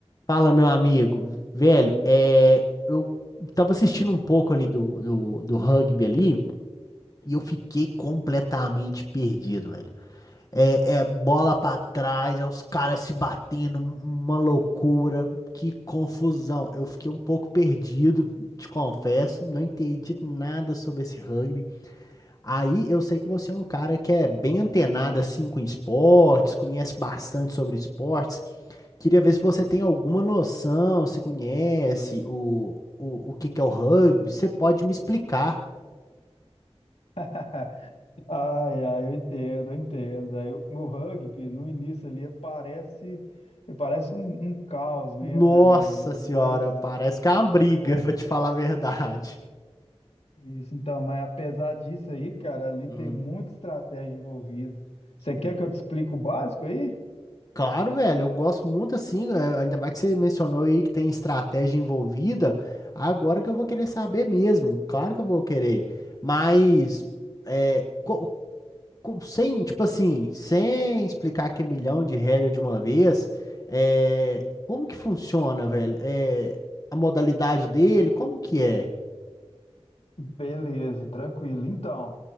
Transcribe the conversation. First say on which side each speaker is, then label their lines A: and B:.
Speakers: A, on the left; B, on the left.
A: Fala, meu amigo. Velho, é, eu tava assistindo um pouco ali do, do, do rugby ali e eu fiquei completamente perdido, velho. É, é bola pra trás, é os caras se batendo, um- uma loucura, que confusão. Eu fiquei um pouco perdido, te confesso, não entendi nada sobre esse rugby. Aí eu sei que você é um cara que é bem antenado assim com esportes, conhece bastante sobre esportes. Queria ver se você tem alguma noção, se conhece o, o, o que que é o rugby. Você pode me explicar?
B: <laughs> Ai, ai, eu entendo, eu entendo. Aí, o o rugby, no início ali, parece, parece um, um caos mesmo,
A: Nossa
B: né, velho? Mas,
A: senhora, parece que é uma briga,
B: mas
A: <laughs> pra te falar a verdade.
B: é isso, então, mas apesar disso aí, cara, ali
A: Hum.
B: tem muita estratégia envolvida. Você quer
A: É mesmo?
B: que eu te explique o básico aí?
A: Claro, velho, eu gosto muito assim, é, ainda mais que você mencionou aí que tem estratégia envolvida. Agora que eu vou querer saber mesmo, claro que eu vou querer. Mas é. co- co- sem, tipo assim, sem explicar que é milhão de regras de uma vez, é, como que funciona, velho? É, a modalidade dele, como que é?
B: Beleza, tranquilo. Então,